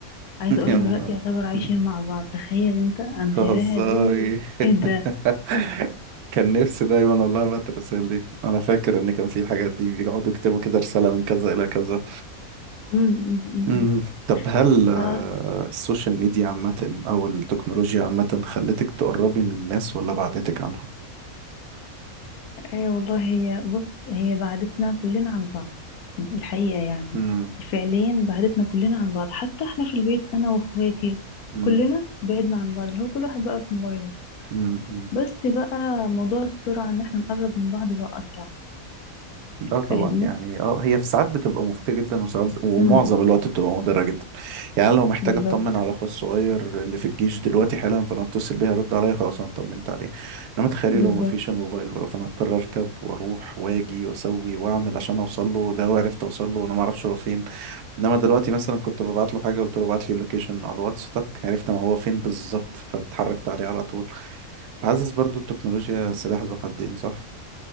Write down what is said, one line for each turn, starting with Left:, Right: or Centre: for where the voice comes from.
Left: عايزه
Right: <laughs>
Left: اقولك
Right: يا نهار
Left: دلوقتي يعتبر عايشين
Right: مم.
Left: مع بعض تخيل انت انا
Right: هزاري
Left: شايفاها دي ايه ده
Right: <laughs> كان نفسي دايما والله ابعت الرسائل دي انا فاكر ان كان في الحاجات دي بيقعدوا يكتبوا كده رسالة من كذا الى كذا
Left: مم، مم، مم.
Right: مم. طب هل آه،
Left: فا
Right: السوشيال ميديا عامة أو التكنولوجيا عامة خلتك تقربي من الناس ولا بعدتك عنهم؟
Left: ايه والله هي بص هي بعدتنا كلنا عن بعض الحقيقه يعني
Right: مم.
Left: فعليا بعدتنا كلنا عن بعض حتى احنا في البيت انا واخواتي
Right: مم.
Left: كلنا بعدنا عن بعض اللي هو كل واحد بقى في موبايله
Right: مم.
Left: بس بقى موضوع السرعه ان احنا نقرب من بعض بقى اسرع
Right: اه طبعا
Left: فاهمني
Right: يعني اه هي في ساعات بتبقى مفيدة جدا وساعات ومعظم
Left: امم
Right: الوقت بتبقى مضرة جدا يعني أنا لو محتاج
Left: بالظبط
Right: اطمن على اخويا الصغير اللي في الجيش دلوقتي حالا فانا اتصل بيه يرد عليا خلاص انا اطمنت عليه انما تخيلي
Left: بالظبط
Right: لو مفيش الموبايل بقى فانا اضطر اركب واروح واجي واسوي واعمل عشان اوصل له لو عرفت اوصل له وانا ما اعرفش هو فين انما دلوقتي مثلا كنت ببعت له حاجة قلت له ابعت لي اللوكيشن على الواتس تك عرفت انا هو فين بالظبط فاتحركت عليه على طول فحاسس برضو التكنولوجيا سلاح ذو حدين صح؟